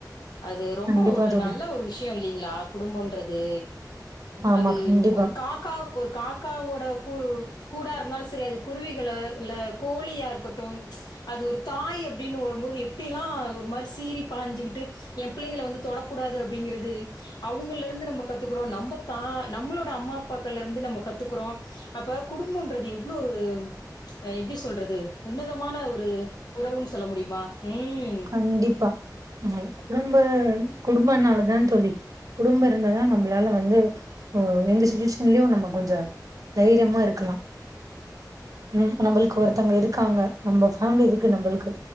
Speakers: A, on the left; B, on the right.
A: அது ரொம்ப
B: கண்டிப்பா
A: ஒரு
B: தோழி
A: நல்ல ஒரு விஷ்ய இல்லைங்ளா குடும்போன்றது
B: ஆமா
A: அது
B: கண்டிப்பா
A: ஒரு காக்கா ஒரு காக்காவோட குழு கூடா இருந்தாலு செரி அது குருவிகள இல்ல கோழியா இருக்கட்டு அது ஒரு தாய் அப்டின் வரும்போது எப்டிலா ஒரு மாரி சீரி பாஞ்சுகிட்டு எ பிள்ளைங்கள வந்து தொடக்கூடாது அப்டிங்கிறது அவுங்கள்லருந்து நம்ம கத்துக் குறோ நம்ப தா நம்ளோட அம்மா அப்பாக்கள்லருந்து நம்ம கத்துக்றோ அப்ப குடும்போன்றது எவ்ளோ ஒரு அ எப்டி சொல்றது உன்னதமான ஒரு உறவுன் சொல்ல முடியுமா ம்
B: கண்டிப்பா அ குடும்ப குடும்பனாலதா தோழி குடும்ப இருந்ததா நம்மளால வந்து அ எந்த சுச்சுவேஷன்லயு நம்ம கொஞ்ச தைரியமா இருக்கலா ம் நம்பளுக்கு ஒருத்தங்க இருக்காங்க நம்ப ஃபேம்லி இருக்கு நம்பளுக்கு